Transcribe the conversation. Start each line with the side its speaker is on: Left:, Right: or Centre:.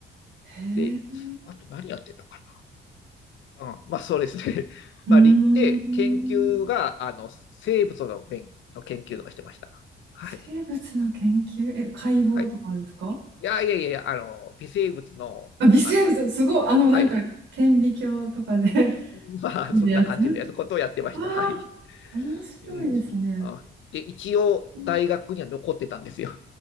Right: え。
Left: で、あと何やってたかうん、まあそうですね。<laughs>
Right: うー
Left: まあ、行って研究が、
Right: ん。
Left: あの、生物の勉の研究とかしてました。はい。
Right: 生物の研究、え、解剖とかですか
Left: はい。いやいやいやいや、あの、微生物の、
Right: あ、微生物、
Left: あの、
Right: すごい、あの、なんか、
Left: はい。
Right: 顕微鏡とかで <laughs>
Left: <laughs> まあ、
Right: 見るやつ
Left: そんな感じのやつことをやってました。
Right: わあ、
Left: はい。
Right: 面白いですね。
Left: うん。あ、で、一応、
Right: うん
Left: 大学には残ってたんですよ。